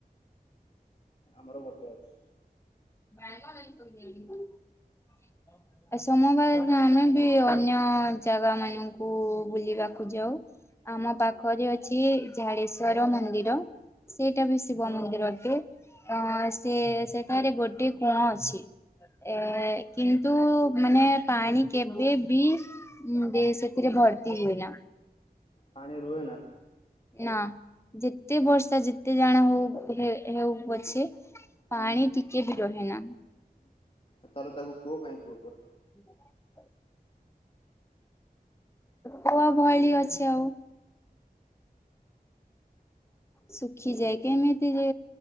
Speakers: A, on the left; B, on the left.
A: ଆମର ଗୋଟେ ଅଛି।
B: <unintelligible> ସମବାର ଆମେ ବି ଅନ୍ୟ ଜାଗା ମାନଙ୍କୁ ବୁଲିବାକୁ ଯାଉ। ଆମ ପାଖରେ ଅଛି ଝାଡେଶ୍ଵର ମନ୍ଦିର ସେଇଟା ବି ଶିବ ମନ୍ଦିର ଭି ଏ ଅ ସେ ସେଠାରେ ଗୋଟେ କୂଅଁ ଅଛି। ଏ କିନ୍ତୁ ମାନେ ପାଣି କେବେ ବି ଉଁ ଦି ସେଥିରେଭ ଭର୍ତ୍ତି ହୁଏ ନାଁ।
A: ପାଣି ରୁହେ ନା
B: ନାଁ ଯେତେ ବର୍ଷା ଯେତେ ଜାଣା ହଉ ହେ-ହେଉ ପଛେ। ପାଣି
A: ହୁଁ
B: ଟିକେ ବି ରହେ ନାଁ।
A: ଆଉ ତାଲେ ତାକୁ କୂଅ କାଇଁ କହୁଚ?
B: <inaudible> କୂଅ ଭଳି ଅଛି ଆଉ। ଶୁଖିଯାଏ କେମିତି ଯେ